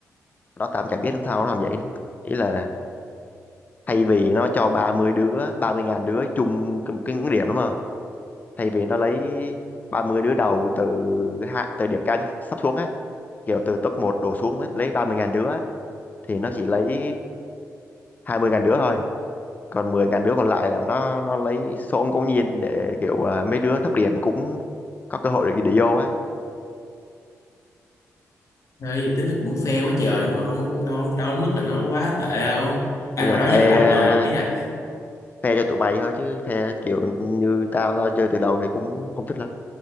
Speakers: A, on the left (about 30°); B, on the left (about 65°).
A: đó tạm chả biết làm sao nó làm vậy nữa ý là thay vì nó cho 30 đứa 30 ngàn đứa chung cái, cái ngưỡng điểm đúng không thay vì nó lấy 30 đứa đầu từ hạ từ điểm cao nhất sắp xuống á kiểu từ top một đổ xuống lấy 30 ngàn đứa á, thì nó chỉ lấy 20 ngàn đứa thôi còn 10 ngàn đứa còn lại là nó nó lấy số ngẫu nhiên để kiểu à, mấy đứa thấp điểm cũng có cơ hội để, để vô á
B: Ê, vậy tính nó cũng fair quá trời đúng không? Đâu đâu đến mức là nó quá tệ không? Ai
A: ý là
B: mà đó
A: phe
B: giờ mày làm lời không ấy là
A: Phe cho tụi mày thôi chứ phe kiểu như tao tao chơi từ đầu thì cũng không thích lắm.